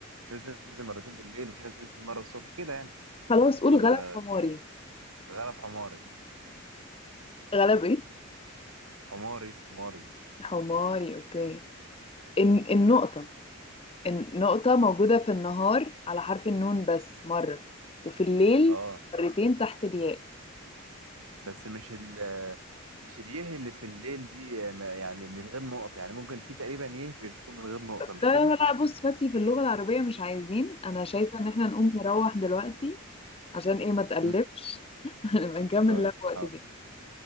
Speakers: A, on the right; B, on the left.
A: في ناس بتنزل مرتين بالليل وفي ناس بتنزل مرة الصبح كده يعني
B: خلاص قول
A: ولا
B: غلب حماري
A: غرف حماري
B: غلب ايه
A: حماري حماري
B: حماري اوكي إن النقطة النقطة موجودة في النهار على حرف النون بس مرة وفي الليل
A: اه
B: مرتين تحت الياء
A: بس مش ال مش اليه اللي في الليل دي آه، ما- يعني من غير نقط يعني ممكن في تقريبا يه بتكون من غير نقطة
B: لا
A: مش
B: لا
A: كده؟
B: لا بص فاتي في اللغة العربية مش عايزين انا شايفة ان احنا نقوم نروح دلوقتي عشان ايه ما تقلبش
A: مم.
B: <laughs> نبقى نكمل
A: طيب
B: لك وقت
A: حاضر
B: تاني